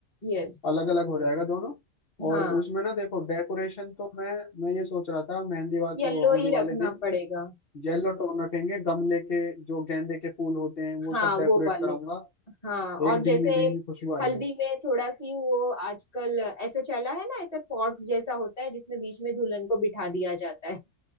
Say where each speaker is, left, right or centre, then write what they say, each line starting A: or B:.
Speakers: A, on the left (about 30°); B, on the left (about 50°).
A: यस
B: अलग अलग हो जाएगा दोनों और
A: हाँ
B: उसमें ना देखो डेकोरेशन तो मैं मैं ये सोच रहा था मेहंदी वाले
A: येलो
B: वो हल्दी
A: ही रखना
B: वाले दिन
A: पड़ेगा
B: येलो टोन रखेंगे गमले के जो गेंदे के फूल होते हैं वो
A: हाँ
B: सब डेकोरेट
A: वो वाले
B: कराऊंगा
A: हाँ
B: एक
A: और जैसे
B: धीमी धीमी खुशबू आएगी
A: हल्दी में थोड़ा सी वो आजकल ऐसा चला है ना ऐसा पॉट जैसा होता है जिसमें बीच में दुल्हन को बिठा दिया जाता है